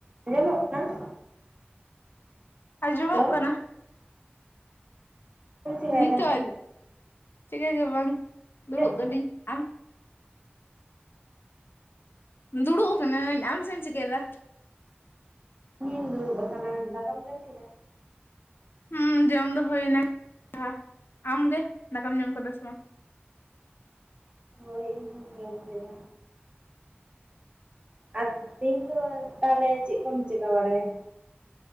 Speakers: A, on the right; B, on the left.
A: ᱟᱸᱡᱚᱢᱚᱜ ᱠᱟᱱᱟ?
B: ᱟᱸᱡᱚᱢᱚᱜ
A: ᱦᱮᱞᱳ
B: ᱠᱟᱱᱟ᱾
A: ᱪᱮᱫ ᱮᱢ ᱪᱮᱠᱟᱭᱮᱫᱟ?
B: ᱱᱤᱛᱚᱜ ᱪᱤᱠᱟᱹ ᱜᱮ ᱵᱟᱝ ᱫᱩᱲᱩᱵ
A: ᱪᱮᱫ
B: ᱠᱟᱹᱱᱤᱧ, ᱟᱢ? ᱫᱩᱲᱩᱵ ᱠᱟᱱᱟᱹᱧ ᱟᱢ ᱪᱮᱢ ᱪᱤᱠᱟᱹᱭᱫᱟ?
A: ᱤᱧᱤᱧ ᱫᱩᱲᱩᱵ ᱟᱠᱟᱱᱟ ᱫᱟᱠᱟᱢ ᱡᱚᱢ ᱠᱮᱫᱟ᱾
B: ᱦᱩᱸ ᱡᱚᱢ ᱫᱚ ᱦᱩᱭᱱᱟ <unintelligible> ᱟᱢ ᱜᱮ ᱫᱟᱠᱟᱢ ᱡᱚᱢ ᱠᱟᱫᱟ ᱥᱮ ᱵᱟᱝ?
A: ᱦᱳᱭ ᱤᱧᱦᱚᱸᱧ ᱡᱚᱢ ᱠᱮᱫᱟ᱾ ᱟᱨ ᱛᱮᱦᱮᱧ ᱫᱚ ᱛᱟᱦᱚᱞᱮ ᱪᱮᱫ ᱠᱚᱢ ᱪᱮᱠᱟ ᱵᱟᱲᱟᱭᱟ?